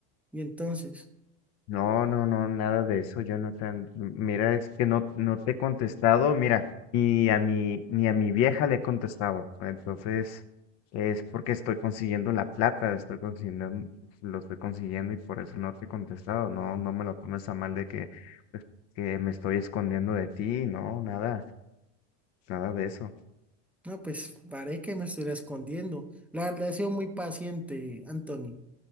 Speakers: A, in the centre; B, on the left.
A: Y entonces,
B: No, no, no, nada de eso, Jonathan. M- Mira, es que no, no te he contestado, mira, y a mi, ni a mi vieja le he contestado. Entonces, es porque estoy consiguiendo la plata, estoy consiguiendo, mm, lo estoy consiguiendo y por eso no te he contestado. No, no me lo tomes a mal de que, pues, que me estoy escondiendo de ti, no, nada, nada de eso.
A: no, pues parece que me estuviera escondiendo. La verdad, he sido muy paciente, Anthony.